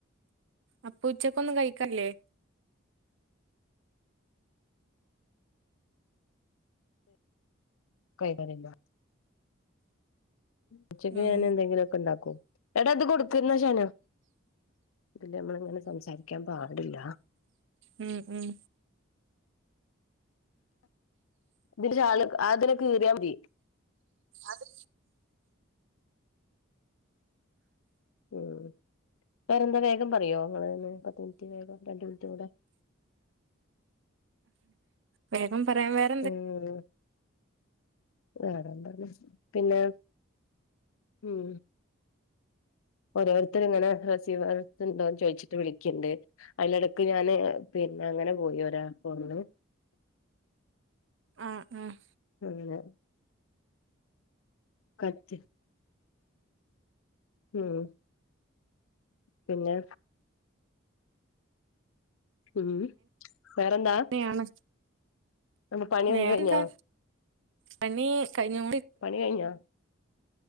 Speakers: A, on the right; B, on the left.
A: അപ്പൊ ഉച്ചക്കൊന്നും കഴിക്കല്ലേ
B: കൈക്കണില്ല ഉച്ചക്ക്
A: ഉം
B: ഞാൻ എന്തെങ്കിലൊക്കെ ഇണ്ടാക്കും എടാ അത് കൊടുക്കരുന്നേ ശനോ ഇതില് നമ്മളിങ്ങനെ സംസാരിക്കാൻ പാടില്ല
A: ഉം ഉം
B: ഇതിലാ അതിനെ കീറിയാ മതി
A: അത്
B: ഉം വേറെന്താ വേഗം പറയോ നിങ്ങ പത്ത് മിനിറ്റ് വേഗം രണ്ട് മിനിറ്റ് കൂടെ
A: വേഗം പറയാൻ വേറെ
B: ഉം വേറെന്താണ് പിന്നെ ഉം ഓരോരുത്തർ ഇങ്ങനെ ഹസീ ഉണ്ടോന്ന് ചോദിച്ചിട്ട് വിളിക്കണ്ട് അതിലെടക്ക് ഞാന് പിന്നെ അങ്ങനെ പോയി ഒരാ പോന്ന്
A: ആഹ് ആഹ്
B: പിന്നെ കറ്റ് ഉം പിന്നെ ഉം വേറെന്താ
A: ക്കാണ്
B: നമ്മ പണിയൊക്കെ
A: വേറെന്താ
B: കഴിഞ്ഞോ
A: പണി കഴിഞ്ഞോ
B: പണി കഴിഞ്ഞാ